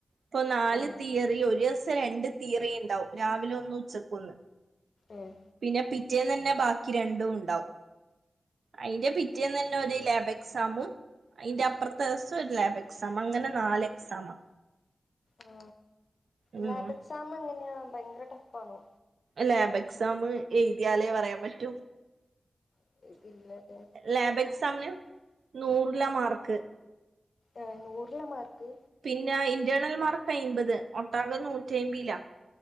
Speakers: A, on the right (about 85°); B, on the left (about 60°).
A: ഇപ്പൊ നാല്
B: ആ
A: തീയറി ഒരു ദിവസം രണ്ട് തീയറി ഇണ്ടാവും രാവിലെ ഒന്ന് ഉച്ചക്കൊന്ന്
B: ഏഹ്
A: പിന്നെ പിറ്റേന്ന് അന്നെ ബാക്കി രണ്ടും ഉണ്ടാവും അയിന്റെ പിറ്റേന്ന്
B: അങ്ങനെ
A: തന്നെ ഒരു ലാബ സാമും അയിന്റെ അപ്പർത്തെ ദിവസം ഒരു ലാബ് എക്സാം അങ്ങനെ നാല് എക്സാമാ
B: ആ
A: ഉം
B: ലാബ് എക്സാം എങ്ങനെയാ ഭയങ്കര ടഫ് ആണോ
A: ലാബ് എക്സാം എഴുതിയാലേ പറയാൻ പറ്റൂ
B: <unintelligible> പിന്നെ എ
A: ലാബ് എക്സാമിന് നൂറില മാർക്ക്
B: ഏഹ് നൂറില മാർക്ക്
A: പിന്നെ ഇന്റേർണൽ മാർക്ക് അമ്പത് ഒട്ടാകെ നൂറ്റി അയ്മ്പയ്ല